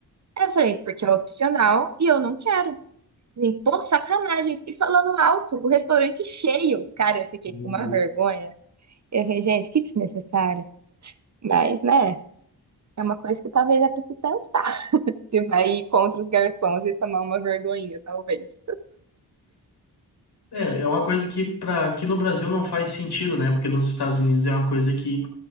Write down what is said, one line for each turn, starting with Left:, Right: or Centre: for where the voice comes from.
Right: Aí eu falei, porque é opcional e eu não quero. Assim, Pô, sacanagens. E falando alto, o restaurante cheio. Cara, eu fiquei
Left: Meu
Right: com uma
Left: Deus.
Right: vergonha. Eu falei, gente, que desnecessário. Mas, né, é uma coisa que talvez é pra se pensar. se vai ir contra os garçons e tomar uma vergonhinha, talvez.
Left: É, é uma coisa que, para que no Brasil não faz sentido, né? Porque nos Estados Unidos é uma coisa que